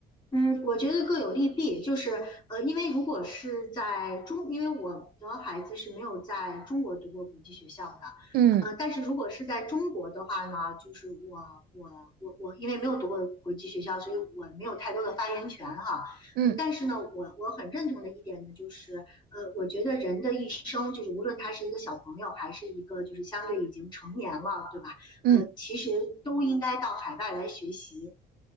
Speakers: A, on the left; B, on the right.
A: 嗯，我觉得各有利弊，就是呃，因为如果是在中，因为我的孩子是没有在中国读过国际学校的，
B: 嗯
A: 呃，但是如果是在中国的话呢，就是我我我我，因为没有读过国际学校，所以我没有太多的发言权哈，
B: 嗯
A: 呃，但是呢，我我很认同的一点呢，就是呃，我觉得人的一生，就是无论他是一个小朋友，还是一个就是相对已经成年了，对吧？
B: 嗯。
A: 呃，其实都应该到海外来学习。